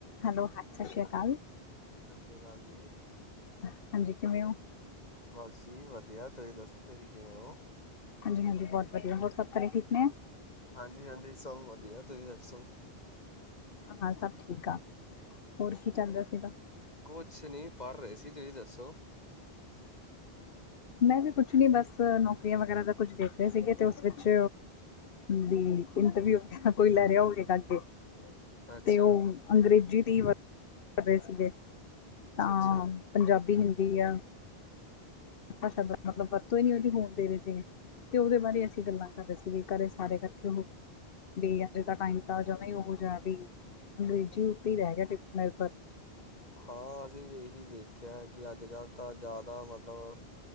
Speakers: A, on the left; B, on the left.
A: Hello ਹਾਂ ਸਤਿ ਸ੍ਰੀ ਅਕਾਲ।
B: ਸਤਿ ਸ਼੍ਰੀ ਅਕਾਲ ਜੀ।
A: ਹਾਂਜੀ ਕਿਵੇਂ ਹੋ।
B: ਬਸ ਜੀ ਵਧੀਆ ਤੁਸੀਂ ਦੱਸੋ ਤੁਸੀਂ ਕਿਵੇਂ ਹੋ।
A: ਹਾਂਜੀ ਹਾਂਜੀ ਬਹੁਤ ਵਧੀਆ ਹੋਰ ਸਭ ਘਰੇ ਠੀਕ ਨੇ।
B: ਹਾਂਜੀ ਹਾਂਜੀ ਸਭ ਵਧੀਆ ਤੁਹੀ ਦੱਸੋ
A: ਹਾਂ ਸਭ ਠੀਕ ਆ ਹੋਰ ਕੀ ਚੱਲ
B: ਹਾਂਜੀ।
A: ਰਿਹਾ ਸੀਗਾ
B: ਕੁਛ ਨਹੀਂ ਪੜ੍ਹ ਰਹੇ ਸੀ ਤੁਸੀਂ ਦੱਸੋ
A: ਮੈਂ ਵੀ ਕੁਛ ਨੀ ਬਸ ਨੌਕਰੀਆਂ ਵਗੈਰਾ ਦਾ ਕੁਝ ਦੇਖ ਰਹੇ ਸੀਗੇ ਤੇ ਉਸ ਵਿੱਚ ਵੀ ਇੰਟਰ ਵੀਊ ਹੋ ਕੋਈ ਲੈ ਰਿਹਾ ਹੋਵੇ ਕਰ ਕੇ
B: ਅੱਛਾ।
A: ਤੇ ਉਹ ਅੰਗਰੇਜ਼ੀ ਦੀ ਕਰ ਰਹੇ ਸੀਗੇ
B: ਅੱਛਾ-ਅੱਛਾ
A: ਤਾਂ ਪੰਜਾਬੀ ਹਿੰਦੀ ਆ ਭਾਸ਼ਾ ਮਤਲਬ ਵਰਤੋਂ ਹੀ ਨੀ ਉਹਦੀ ਹੋਣ ਦੇ ਰਹੇ ਸੀਗੇ। ਤੇ ਉਹਦੇ ਬਾਰੇ ਅਸੀਂ ਗੱਲਾਂ ਕਰ ਰਦੇ ਸੀ ਵੀ ਘਰੇ ਸਾਰੇ ਇਕੱਠੇ ਹੋ ਕੇ ਬ ਅੱਜੇ ਤ ਟਾਈਮ ਤਾਂ ਜਾਵੇ ਉਹੋ ਜਿਹਾ ਵੀ, ਅੰਗਰੇਜ਼ੀ ਉੱਤੇ ਹੀ ਰਹਿ ਗਿਆ ਨਿਰਭਰ।
B: ਹਾਂ, ਅਸੀਂ ਵੀ ਇਹੀ ਦੇਖਿਆ ਕਿ ਅੱਜ ਕੱਲ੍ਹ ਤਾਂ ਜ਼ਿਆਦਾ ਮਤਲਬ